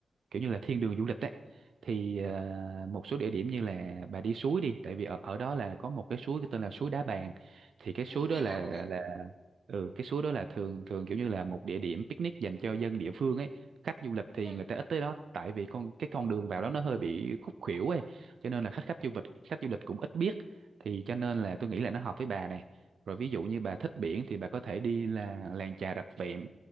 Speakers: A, on the right; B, on the right.
A: kiểu như là thiên đường du lịch đấy thì ờ, một số địa điểm như là bà đi suối đi tại vì ở ở đó là có một cái suối tên là suối Đá Bàn thì cái
B: ừ
A: suối
B: nghe
A: đó là
B: lạ
A: là
B: đấy
A: là ừ cái suối đó là thường thường kiểu như là một địa điểm picnic dành cho dân địa phương ấy khách du lịch thì
B: ừ.
A: người ta ít tới đó tại vì con cái con đường vào đó nó hơi bị khúc khuỷu ấy cho nên là khách khách du lịch khách du lịch cũng ít biết thì cho nên là tôi nghĩ là nó hợp với bà này rồi ví dụ như bà thích biển thì bà có thể đi là làng chài Rạch Vẹm